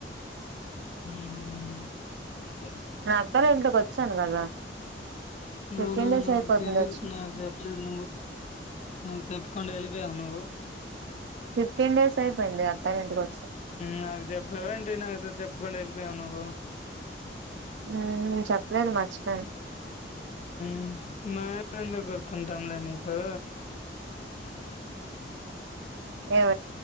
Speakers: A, on the left (about 40°); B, on the right (about 80°).
A: మ్ మ్
B: నా అత్తాల ఇంట్లోకి వచ్చాను కదా
A: నో
B: ఫిఫ్టీన్
A: నో
B: డేస్
A: నాకు
B: అయిపోతుంది
A: తెలీదు
B: వచ్చి
A: నాకు చెప్పలేదు నువ్వు నాకు చెప్పకుండా వెళ్లిపోయావ్ నువ్వు
B: ఫిఫ్టీన్డేస్ అయిపోయింది అత్తాలింటికో
A: నాకు చెప్పావా ఏంటి నాతో చెప్పకుండా వెళిపోయావు నువ్వు
B: మ్ చెప్పలేదు మరిచిపోయాను
A: మ్ మా ఎందు గుర్తుంటాంలే మీకు
B: ఎవ